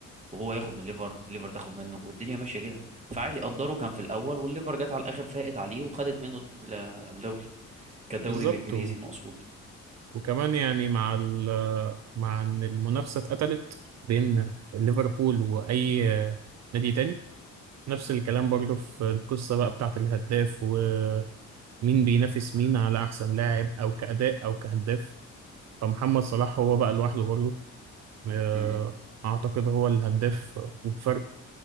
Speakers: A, on the right; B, on the right.
A: وهو ياخد من الليفر الليفر تاخد منه والدنيا ماشيه كده فعادي قدره كان في الاول والليفر جت على الاخر فاقت عليه وخدت منه ال- الدوري كالدوري
B: بالظبط
A: الانجليزي مقصود
B: وكمان يعني مع ال مع ان المنافسه اتقتلت بين ليفربول واي نادي تاني نفس الكلام برضه في القصه بقى بتاعه الهداف ومين بينافس مين على احسن لاعب او كاداء او كهداف فمحمد صلاح هو بقى لوحده برضه آه،
A: امم
B: اعتقد هو الهداف وبفرق